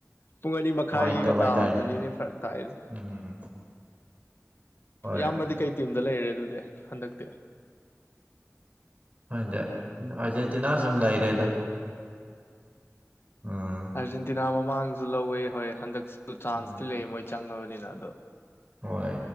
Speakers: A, on the left; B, on the right.
A: ꯄꯨꯡ ꯑꯅꯤ ꯃꯈꯥꯏꯒꯤꯒ
B: ꯅꯨꯡꯉꯥꯏꯇꯕ
A: ꯇꯥꯕꯗꯨꯅꯤꯅꯦ
B: ꯍꯥꯏꯇꯥꯔꯦ
A: ꯐꯔꯛ ꯇꯥꯛꯏꯖꯦ
B: ꯎꯝ ꯍꯣꯏ
A: ꯏꯌꯥꯝꯕꯗꯤ ꯀꯩ ꯇꯤꯝꯗ ꯂꯩꯔꯦ ꯑꯗꯨꯗꯤ ꯍꯟꯗꯛꯇꯤ
B: ꯈꯟꯗꯦ ꯎꯝ ꯑꯥꯔꯖꯦꯟꯇꯤꯅꯥ ꯁꯨꯝ ꯂꯩꯔꯦꯗ ꯎꯝ
A: ꯑꯔꯖꯦꯟꯇꯤꯅꯥ ꯃꯃꯥꯡꯗꯖꯨ ꯂꯧꯋꯦ ꯍꯣꯏ ꯍꯟꯗꯛ ꯑꯗꯨ ꯆꯥꯟꯁꯇꯤ
B: ꯎꯝ
A: ꯂꯩ ꯃꯣꯏ ꯆꯪꯉꯕꯅꯤꯅ ꯑꯗꯨ
B: ꯍꯣꯏ